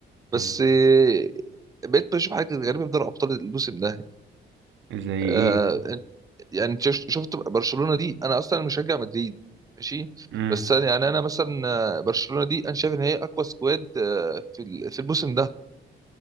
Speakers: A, on the right (about 20°); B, on the right (about 70°).
A: بس
B: امم
A: آه، بقيت بشوف حاجه غريبه في دوري ابطال الموسم ده
B: زي
A: آه
B: ايه
A: يعني انت شفت شفت برشلونه دي انا اصلا مشجع مدريد ماشي
B: امم
A: بس أنا يعني انا مثلا آه، برشلونه دي انا شايف ان هي اقوى سكواد آه، في ال- في الموسم ده